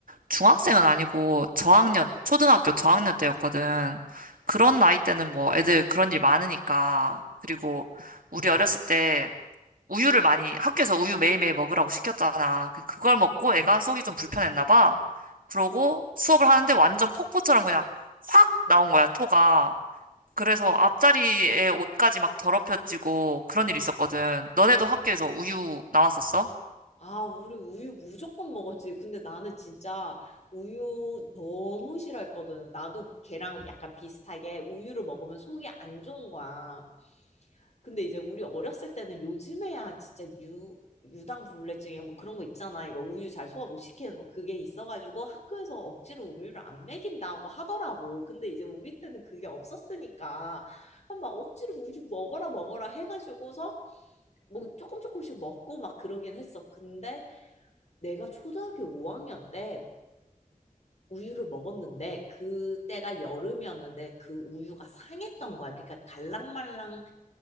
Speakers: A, on the right (about 75°); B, on the left (about 50°).
A: 중학생은 아니고 저학년, 초등학교 저학년 때였거든. 그런 나이 때는 뭐 애들 그런 일 많으니까. 그리고 우리 어렸을 때 우유를 많이 학교에서 우유 매일매일 먹으라고 시켰잖아. 그- 그걸 먹고 애가 속이 좀 불편했나 봐. 그러고 수업을 하는데 완전 폭포처럼 그냥 확 나온 거야, 토가. 그래서 앞자리에 옷까지 막 더럽혀지고 그런 일이 있었거든. 너네도 학교에서 우유 나왔었어?
B: 아, 우리 우유 무조건 먹었지. 근데 나는 진짜 우유 너무 싫어했거든. 나도 걔랑 약간 비슷하게 우유를 먹으면 속이 안 좋은 거야. 근데 이제 우리 어렸을 때는 요즘에야 진짜 유 유당불내증에 뭐 그런 거 있잖아. 이거 우유 잘 소화 못 시키는 거 그게 있어가지고 학교에서 억지로 우유를 안 먹인다고 하더라고. 근데 이제 우리 때는 그게 없었으니까 막 억지로 우유 먹어라 먹어라 해가지고서 뭐 조금 조금씩 먹고 막 그러긴 했어. 근데 내가 초등학교 5학년 때 우유를 먹었는데 그때가 여름이었는데 그 우유가 상했던 거야. 그러니까 갈랑말랑